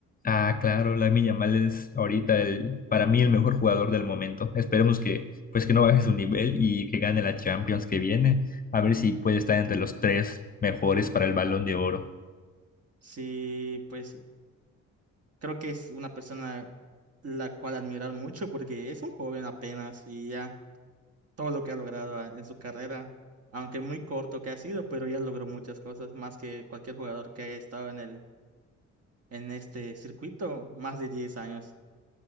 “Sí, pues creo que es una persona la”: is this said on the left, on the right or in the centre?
Right